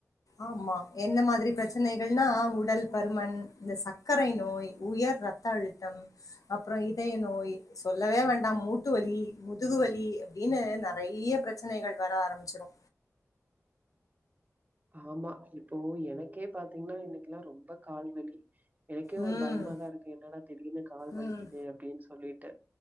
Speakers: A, on the left (about 80°); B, on the right (about 30°).
A: ஆமா என்ன மாதிரி பிரச்சனைகள்னா உடல் பருமன் இந்த சக்கரை நோய் உயர் ர த்த அழுத்தம் அப்புறோ இதைய நோய் சொல்லவே வேண்டா மூட்டு வலி முதுகு வலி அப்டினு நெறைய பிர ச்சனைகள் வர ஆரம்பிச்சிரு
B: ஆமா இப்போ எனக்கே பாத்தீங்னா இன்னைக்குல்லா ரொம்ப கால்வலி எனக்கே
A: ம்,
B: ஒரு பயமாதா இருக்கு என்னடா திடீர்னு கால் வலிக்குது
A: ம்.
B: அப்டின் சொல்லிட்டு